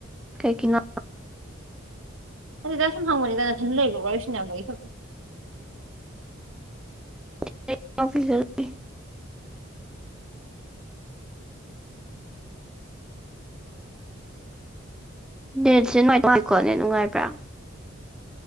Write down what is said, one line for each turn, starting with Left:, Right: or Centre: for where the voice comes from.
Centre: ꯀꯩꯒꯤꯅꯣ
Right: ꯑꯗꯨꯗ ꯁꯨꯝ ꯍꯪꯕꯅꯤꯗꯅ ꯅꯊꯟꯗ ꯂꯩꯕ ꯋꯥꯔꯤ ꯁꯥꯅꯕꯒꯤ ꯁꯨꯝ
Centre: <unintelligible>
Right: ꯎꯝ
Centre: ꯗꯦꯠꯁꯦ <unintelligible> ꯅꯨꯡꯉꯥꯏꯕ꯭ꯔꯥ